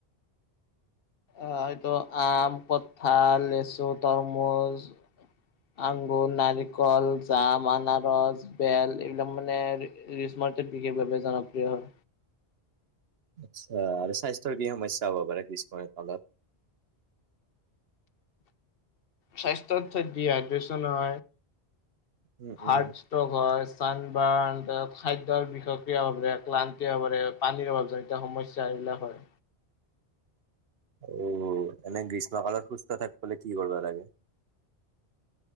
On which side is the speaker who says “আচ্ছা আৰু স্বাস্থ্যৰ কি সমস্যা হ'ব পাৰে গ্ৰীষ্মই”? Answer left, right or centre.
Right